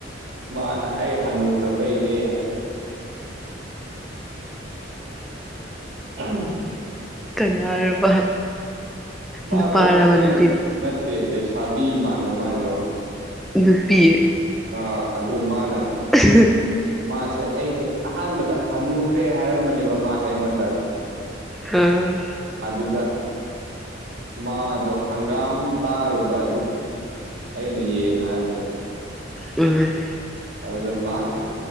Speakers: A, on the right; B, in the centre.
A: ꯃꯥꯅ ꯑꯩ ꯍꯟꯅꯨꯔꯕꯩꯅꯦ ꯍꯥꯏꯔꯛꯑꯦ ꯎꯝ
B: ꯀꯅꯥꯔꯕ
A: ꯃꯥꯗꯣ
B: ꯅꯨꯄꯥꯔꯕ
A: ꯑꯁꯦꯡꯕ
B: ꯅꯨꯄꯤꯔ
A: ꯅꯠꯇꯦ ꯂꯩꯁꯥꯕꯤ ꯃꯥꯜꯂꯦ ꯃꯥꯏꯗꯣ
B: ꯅꯨꯄꯤ
A: ꯑꯥ ꯑꯗꯨ ꯃꯥꯅ
B: ꯎ <unintelligible>
A: ꯃꯥꯁꯦ ꯑꯩꯁꯦ ꯑꯍꯥꯟꯕꯗ ꯍꯟꯅꯨꯈ꯭ꯔꯦ ꯍꯥꯏꯔꯝꯕꯅꯦꯕ ꯃꯥꯁꯦ ꯑꯩꯉꯣꯟꯗ
B: ꯑ
A: ꯑꯗꯨꯗ ꯃꯥꯗꯣ ꯍꯪꯒꯥꯝ ꯇꯥꯔꯨꯕ ꯑꯗꯨꯒꯤ ꯑꯩꯅ ꯌꯦꯟ ꯍꯥꯏꯕꯗꯣ
B: ꯎꯝ
A: ꯑꯗꯨꯗ ꯃꯥꯅ